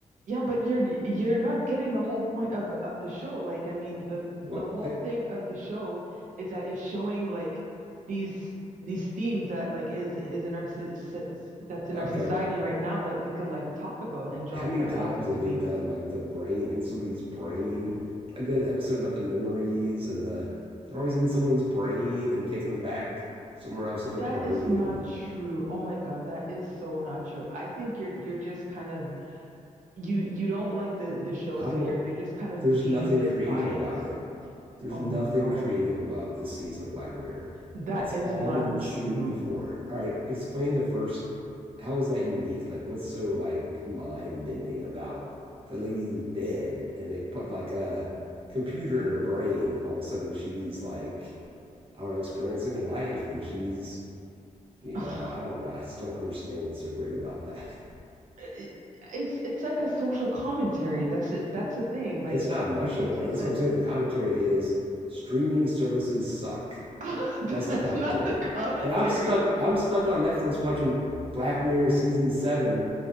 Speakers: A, on the right; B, on the right.
A: Yeah, but you're you're not getting the whole point of of the show. Like, I mean, the
B: Well,
A: the whole thing of the show is that it's showing like these these themes that like is is in our so- so- that's in
B: Okay,
A: our society right now that we could like talk about and draw
B: how
A: parallels
B: many times
A: between.
B: have they done like the brain in somebody's brain? Like that episode about the memories and the they're always in someone's brain and taking them back somewhere else in their
A: That
B: brain
A: is not
B: and
A: true. Oh my God, that is so not true. I think you're you're just kind of you you don't like the the show,
B: I
A: so
B: don't
A: you're you're just kind of
B: there's
A: being
B: nothing
A: a bit
B: creative
A: biased.
B: about it. There's
A: Oh
B: nothing
A: my God,
B: creative about this season of Black Mirror.
A: that
B: It's
A: is
B: all
A: not
B: been
A: true.
B: seen before. All right, explain the first. How is that unique? Like, what's so like mind bending about the lady's dead and they put like a computer in her brain and all of a sudden she's like, I don't know, experiencing life and she's, you
A: <laughs>
B: know, I don't know. I just don't understand what's so great about that.
A: it- it's it's like a social commentary. That's it. That's the thing. Like
B: It's not much of
A: it's
B: one.
A: it's
B: That's
A: a
B: what I'm saying. The commentary is streaming services suck.
A: <laughs> that's
B: That's the commentary.
A: not the commentary.
B: And I'm stuck. I'm stuck on Netflix watching Black Mirror season seven.